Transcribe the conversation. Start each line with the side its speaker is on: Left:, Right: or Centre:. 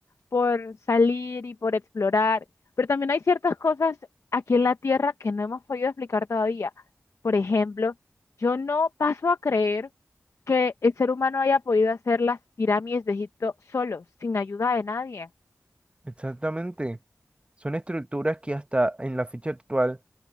Left: por salir y por explorar, pero también hay ciertas cosas aquí en la Tierra que no hemos podido explicar todavía. Por ejemplo, yo no paso a creer que el ser humano haya podido hacer las pirámides de Egipto solo, sin ayuda de nadie.
Right: Exactamente. Son estructuras que hasta en la fecha actual